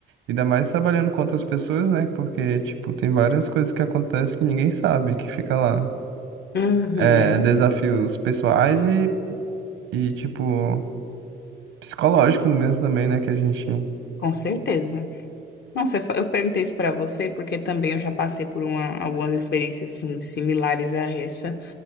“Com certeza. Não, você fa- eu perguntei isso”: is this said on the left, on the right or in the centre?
Left